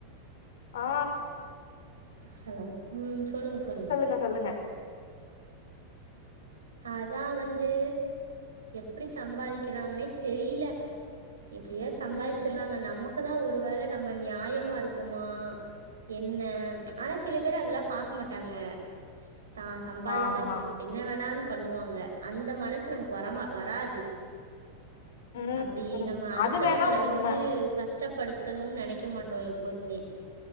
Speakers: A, on the left; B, on the right.
A: ஆ
B: ஹலோ ம் சொல்லுங்க சொல்லுங்க
A: இப்ப சொல்லுங்க
B: அதா வந்து எப்டி சம்பாதிக்கிறாங்கன்னே தெரில எப்டியே சம்பாதிச்சிர்றாங்க
A: ம்
B: நமக்குதா ஒரு வேள நம்ம நியாயமா இருக்கமா என்ன ஆனா சில பேர் அதெல்லா பாக்க மாட்டாங்க தா சம்பாதிச்சா
A: ஆமா
B: போது என்ன வேணாலு பண்ணுவாங்க அந்த மனசு நமக்கு வரமா வராது
A: ம்
B: அப்டி நம்ம அடுத்தவங்கள
A: அது வேணா உண்ம
B: வந்து கஷ் ட்டப்படுத்தணுனு நெனைக்க மாட்டோ எப்போதுமே